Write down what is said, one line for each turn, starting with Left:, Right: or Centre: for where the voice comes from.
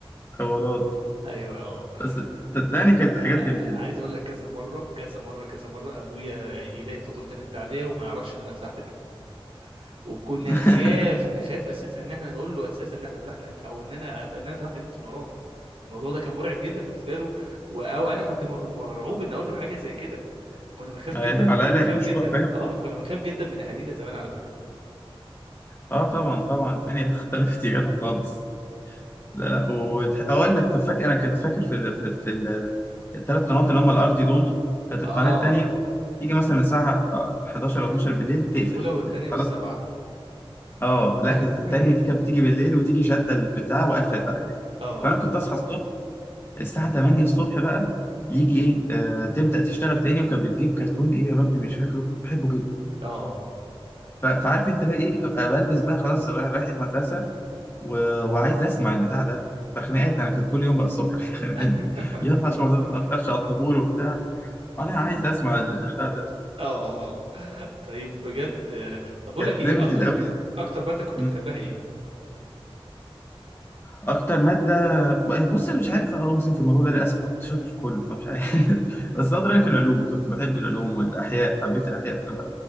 Left: حوارات
Right: ايوه اه.
Left: بس صدقني
Right: انا
Left: كانت
Right: انا
Left: حاجات جميله
Right: عايز اقول لك كذا مره كذا مره كذا مره ابويا يلاقي فاتوره النت عاليه وما يعرفش ان انا فتحت النت وكنا
Left: <laughs>
Right: نخاف نخاف اساسا ان احنا نقول له اساسا ان احنا فتحنا نت او ان انا ان انا فتحت النت من وراه الموضوع ده كان مرعب جدا بالنسبه له و- او انا كنت مر- مرعوب ان اقول له حاجه زي كده كنا بنخاف
Left: على
Right: جدا كنا
Left: الاقل
Right: بنخاف
Left: هيحوشوا
Right: جدا
Left: بقى فاهم
Right: اه كنا بنخاف جدا من اهالينا زمان على فكره
Left: اه طبعا طبعا الدنيا اختلفت يا جدع خالص لا لا واقول لك طب فاكر انا كنت فاكر في ال... في, ال... في ال... الثلاث قنوات اللي هم الارضي دول كانت
Right: اه
Left: القناه التانيه بتيجي مثلا الساعه 11
Right: آه،
Left: او 12 بالليل
Right: آه،
Left: تقفل
Right: الاولى والثانيه
Left: ت-
Right: والسبعه
Left: خلاص اه لا
Right: <laughs>
Left: كانت التانيه دي كانت بتيجي بالليل وتيجي شاده البتاع وقفلت على كده
Right: اه
Left: فانا كنت اصحى الصبح الساعه 8 الصبح بقى يجي ايه آه تبدا تشتغل تاني وكانت بتجيب كرتون ايه يا ربي مش فاكره كنت بحبه جدا
Right: اه
Left: ف- فعارف انت بقى ايه ابقى بلبس بقى خلاص رايح رايح المدرسه و... وعايز اسمع البتاع ده فخناقات انا كنت كل يوم بقى الصبح <laughs> الخناقات
Right: <laughs>
Left: دي يلا عشان ما تتاخرش على الطابور وبتاع انا عايز اسمع البتاع ده
Right: اه طيب بجد آه، طب بقول
Left: كانت
Right: لك ايه
Left: ليميتد
Right: أك...
Left: قوي
Right: اكتر ماده كنت
Left: مم.
Right: بتحبها
Left: اكتر ماده بص انا مش عارف اجزم في الموضوع ده للاسف انا كنت شاطر في كله فمش عارف
Right: ايه
Left: <laughs> بس اقدر اقول لك العلوم كنت بحب العلوم والاحياء حبيت الاحياء لما